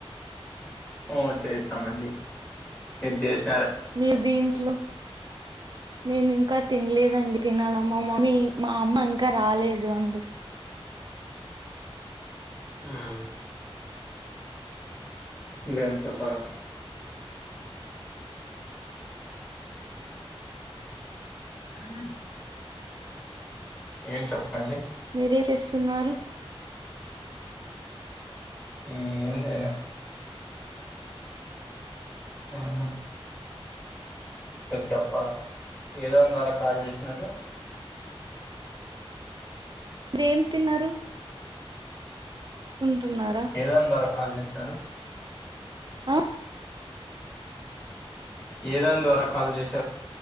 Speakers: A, on the left (about 20°); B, on the right (about 45°).
A: ఓ చేసీనమండి మీరు చేస్.
B: మీరు దీంట్లో. మేము ఇంకా తిన్లేదండి. తినాల మా మమ్మీ, మా అమ్మ ఇంకా రాలేదు, అందు.
A: ఊమ్. ఎం చెప్పాల. హుం. ఏం చెప్పండి.
B: మీరే చేస్తున్నారు.
A: ఎం లేదా. ఆ హ. చెప్పాల ఏదోన్నారా కాల్ చేసినారు..
B: <inaudible> మీరేం తిన్నారు. కుంటున్నారా
A: ఏదనీ ద్వారా కాల్ జేశారు.
B: ఆ
A: ఏదాని ద్వారా కాల్ జెసి.